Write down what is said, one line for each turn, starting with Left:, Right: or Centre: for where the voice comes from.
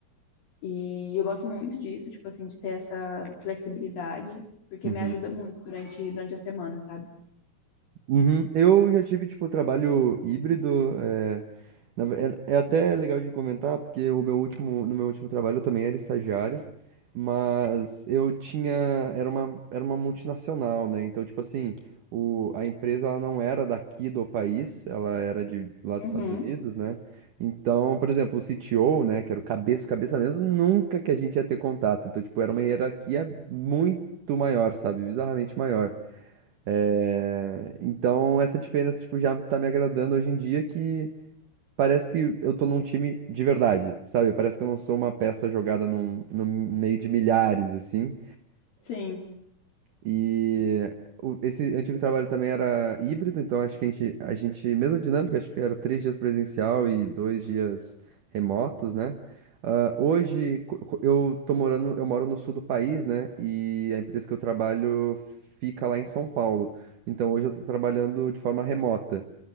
Left: E eu gosto muito disso, tipo assim, de ter essa flexibilidade, porque
Right: uhum.
Left: me ajuda muito durante, durante a semana, sabe?
Right: Uhum. Eu já tive, tipo, trabalho híbrido. É, na ve- é, é até legal de comentar, porque o meu último, no meu último trabalho eu também era estagiário, mas eu tinha, era uma, era uma multinacional, né? Então, tipo assim, o, a empresa ela não era daqui do país, ela era de lá dos
Left: Uhum,
Right: Estados Unidos, né? Então, por exemplo, o CTO, né, que era o cabeça, cabeça mesmo, nunca que a gente ia ter contato. Então, tipo, era uma hierarquia muito maior, sabe? Bizarramente maior. É, Então, essa diferença, tipo, já tá me agradando hoje em dia que parece que eu tô num time de verdade, sabe? Parece que eu não sou uma peça jogada num, no meio de milhares, assim.
Left: sim.
Right: E o- esse antigo trabalho também era híbrido, então acho que a gente, a gente, mesma dinâmica, acho que era três dias presencial e dois dias remotos, né? Ah, hoje co- co- eu tô morando, eu moro no sul do país, né? E a empresa que eu trabalho fica lá em São Paulo. Então hoje eu tô trabalhando de forma remota.